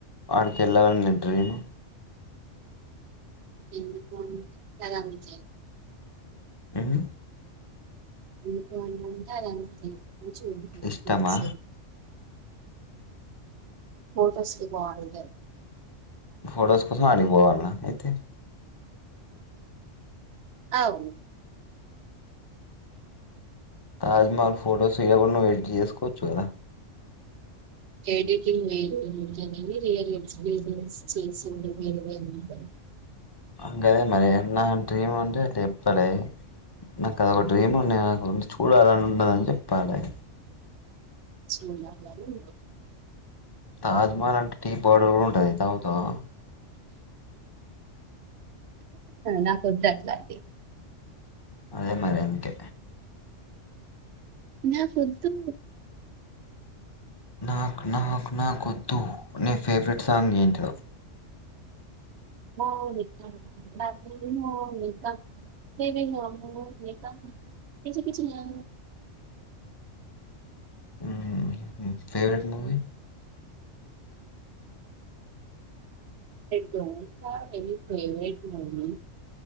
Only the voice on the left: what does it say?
ఆడికి వెళ్ళాలని నీ డ్రీమ్
హుహ్
ఇష్టమా
ఫోటోస్ కోసం ఆడ్గిపోవాలన్నా అయితే
తాజ్మహల్ ఫోటో దిగకుండ నువ్ ఎడిట్ చేసుకోవచ్చు కదా
ఆ, గదే మారినా డ్రీమ్ అంటే అట్లా చేపలి నాకు అదొక డ్రీమ్ ఉంది నాకు చూడాలని ఉన్నది అని చెప్పాలి
తాజ్మహల్ అంటే టీ పౌర్డర్ కూడా ఉంటది తాగుతావా
అదే మరి అంటే
నాకు నాకు నాకొద్దు నీ ఫేవరెట్ సాంగ్ ఏంటిదో
ఉహ్ నీ favourite movie